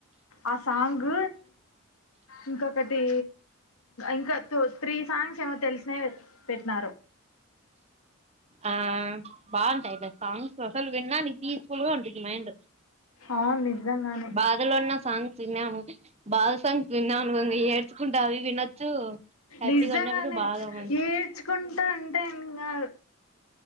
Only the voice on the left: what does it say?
ఆ సాంగ్ ఇంకొకటి ఇంకా త త్రీ సాంగ్స్ ఏమో తెలిసిన పెట్టిన
అవును నిజంగానే
నిజంగానే
ఏడ్చుకుంటా అంటే ఇంకా